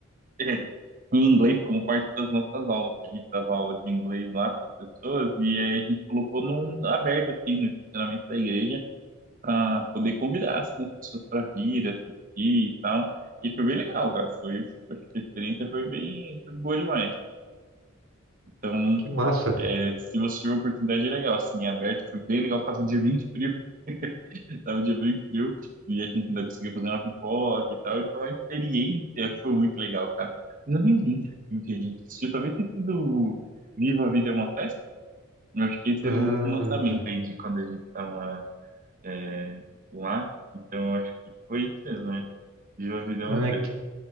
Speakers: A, on the right; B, on the right.
A: é, em inglês como parte das nossas aulas. que A gente dava aula de inglês lá para as pessoas e aí a gente colocou num aberto assim no estacionamento da igreja para poder convidar assim, as pessoas para vir assistir e tal. E foi bem legal, cara. Foi, foi- a experiência foi bem foi boa demais. Então,
B: Que massa.
A: é, se você tiver a oportunidade, é legal. Assim, é aberto, foi bem legal. Tava um dia bem frio Tava de bem frio e a gente ainda conseguiu fazer uma pipoca e tal. Então a experiência foi muito legal, cara. Eu nem lembro o que a gente assistiu. Talvez tenha sido Viva a Vida é uma Festa. Eu acho que esse
B: Hum,
A: era o último lançamento aí de quando a gente tava é, lá. Então eu acho que foi isso mesmo, né? Viva a Vida
B: ah,
A: é uma Festa.
B: que